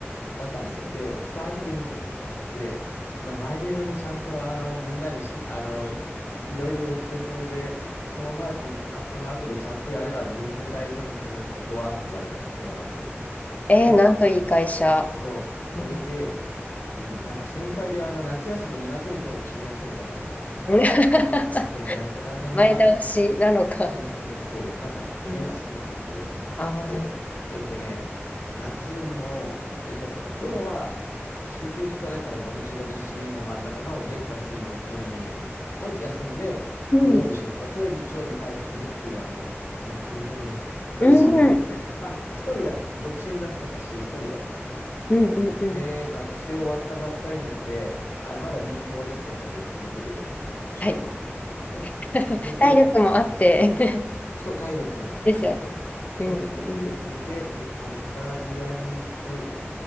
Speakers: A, on the left; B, on the left.
A: だったんですよ。で、蓋開けてみたらそんなんで、そんな前広にちゃんとあのみんなにし、あのいろいろ言って、それで、その前とあその後でちゃんとやれば全然大丈夫、この、ここはって言われて、あ、そうなんですね。
B: <laughs>
A: つって
B: えー、なんといい会社。
A: そう、それで、
B: うん、
A: うん、なんか先輩であの夏休み2月に取る不思議な人もいたからね、
B: <laughs>
A: 変な人がいたな。
B: 前倒しなのか。
A: そうそうそう。なんか、冬が好きなんだって。
B: うんああ、
A: で、えっとね、夏も、えっと、要は、週休2日だから土日土日の真ん中の月火水木金を休んで、
B: うん。
A: 土曜日出発、日曜日帰ってくるっていう、あの、もうフルフルの <laughs> スケジュールを立てて、
B: うん。うん。
A: まあ、一人だ、独身だったかし、一人だったから。
B: うん。うん。
A: で、学生終わったばっかりなので、あの、まだ貧乏旅行がで、できる年頃っていうか、
B: はい。
A: うん。
B: <laughs>
A: それで、
B: 体力もあって
A: そう、体力はまあなんとか。
B: <laughs> ですよね。
A: そうそうそう。
B: うん。う
A: それで、
B: ん。
A: えっと、イタリアに行く